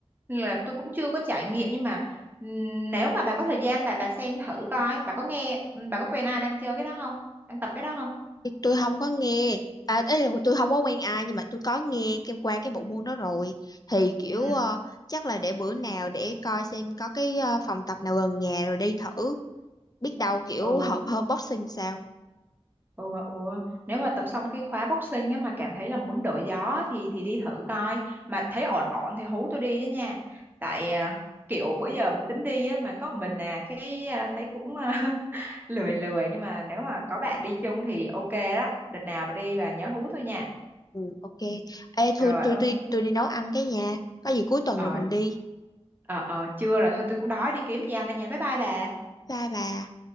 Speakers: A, on the right; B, on the left.
A: Nên là tôi cũng chưa có trải nghiệm nhưng mà ừm, nếu mà bà có thời gian bà bà xem thử coi bà có nghe bà có quen ai đang chơi cái đó không đang tập cái đó không
B: Thì tôi không có nghe à ấy là tôi không có quen ai nhưng mà tôi có nghe cái qua cái bộ môn đó rồi thì kiểu
A: Ừ.
B: ờ, chắc là để bữa nào để coi xem có cái ờ, phòng tập nào gần nhà rồi đi thử biết đâu kiểu
A: Ừ,
B: hợp hơn boxing sao
A: ừ ừ ừ. nếu mà tập xong cái khóa boxing á mà cảm thấy là muốn đổi gió thì thì đi thử coi mà thấy ổn ổn thì hú tôi đi với nha tại à, kiểu bữa giờ muốn tính đi á mà có một mình à cái à, thấy cũng à, <laughs> lười lười nhưng mà nếu mà có bạn đi chung thì ok đó đợt nào bà đi và nhớ hú tôi nha
B: ừ ok ê thôi
A: rồi
B: tôi
A: ờ
B: tôi tôi đi nấu ăn cái nha có gì cuối tuần
A: ờ
B: rồi mình đi
A: ờ, ờ, chưa rồi thôi tôi cũng đói đi kiếm gì ăn đây nha bye bye bà
B: bye bà